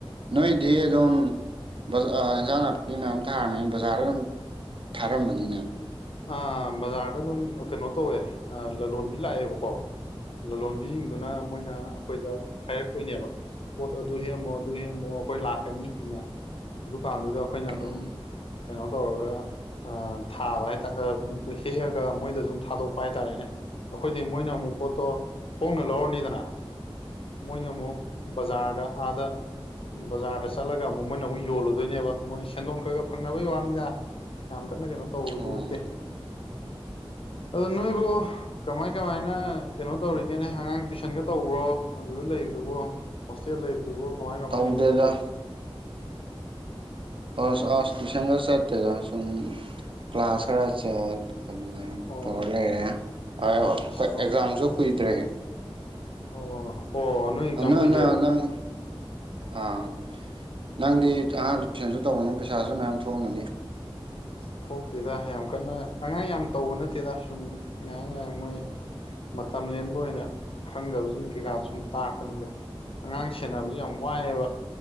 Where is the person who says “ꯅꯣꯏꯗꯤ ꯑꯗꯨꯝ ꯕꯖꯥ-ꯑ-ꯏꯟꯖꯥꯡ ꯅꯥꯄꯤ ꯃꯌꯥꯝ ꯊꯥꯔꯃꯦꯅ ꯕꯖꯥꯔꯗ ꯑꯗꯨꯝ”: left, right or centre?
Right